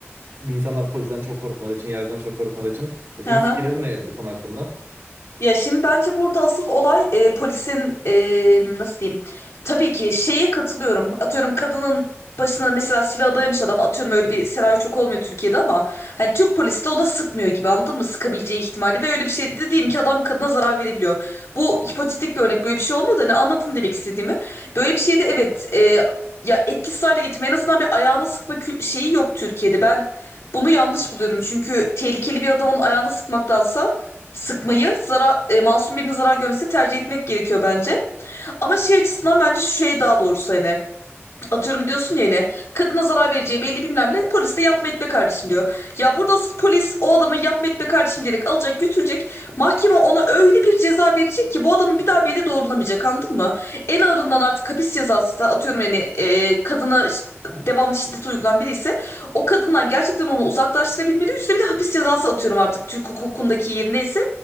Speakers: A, on the right; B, on the left.
A: İnsanlar polisten çok korkmadığı için, yargıdan çok korkmadığı için. E, senin
B: Aha.
A: fikirlerin ne bu konu hakkında?
B: Ya şimdi bence burada asıl olay e, polisin e, nasıl diyeyim? Tabii ki şeye katılıyorum. Atıyorum kadının başına mesela silah dayamış adam atıyorum öyle bir senaryo çok olmuyor Türkiye'de ama hani Türk polisi de ona sıkmıyor gibi anladın mı? Sıkabileceği ihtimali ve öyle bir şey de diyeyim ki adam kadına zarar verebiliyor. Bu hipotetik bir örnek böyle bir şey olmuyor da hani anladın demek istediğimi. Böyle bir şeyde evet e, ya etkisiz hale getirme en azından bir ayağına sıkma kü- şeyi yok Türkiye'de. Ben bunu yanlış buluyorum çünkü tehlikeli bir adamın ayağına sıkmaktansa sıkmayı zarar, e, masum birinin zarar görmesi tercih etmek gerekiyor bence. Ama şey açısından bence şu şey daha doğrusu hani Atıyorum diyorsun ya yine kadına zarar vereceği belli bilmem ne polis de yapma etme kardeşim diyor. Ya burada asıl polis o adamı yapma etme kardeşim diyerek alacak götürecek. Mahkeme ona öyle bir ceza verecek ki bu adamı bir daha belli doğrulamayacak anladın mı? En ağırından artık hapis cezası ise atıyorum yani e, kadına ş- devamlı şiddet uygulayan biri ise o kadından gerçekten onu uzaklaştırabilmeli. Üstüne bir de hapis cezası atıyorum artık Türk hukukundaki yerine ise